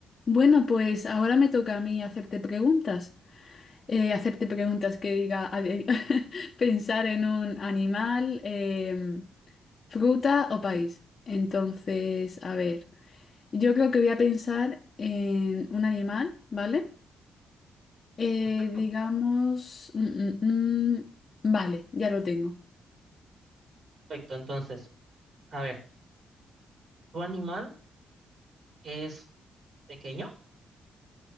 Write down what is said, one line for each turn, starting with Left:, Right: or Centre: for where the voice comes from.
Left: Bueno, pues ahora me toca a mí hacerte preguntas. Eh, hacerte preguntas que diga ade- <laughs> pensar en un animal, em, fruta o país. Entonces, a ver, yo creo que voy a pensar en un animal, ¿vale? Eh,
Right: Perfecto,
Left: digamos, mm, mm, mm, vale, ya lo tengo.
Right: perfecto. Entonces, a ver, ¿tu animal es pequeño?